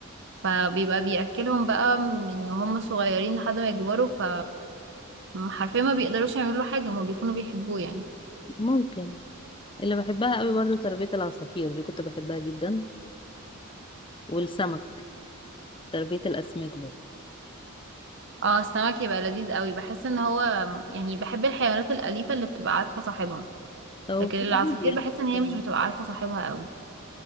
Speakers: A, on the right; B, on the left.
A: فبيبقى بيأكلهم بقى من هم صغيرين لحد ما يكبروا ف حرفيا ما بيقدروش يعملوا له حاجة هما بيكونوا بيحبوه يعني
B: <laughs> ممكن اللي بحبها قوي برضو تربيه العصافير دي كنت بحبها جدا والسمك تربيه الاسماك برضه
A: اه السمك يبقى لذيذ قوي بحس ان هو يعني بحب الحيوانات الأليفة اللي بتبقى عارفة صاحبها
B: او
A: لكن
B: بتبقى
A: العصافير
B: هاديه
A: بحس ان هي
B: يعني.
A: مش بتبقى عارفة صاحبها قوي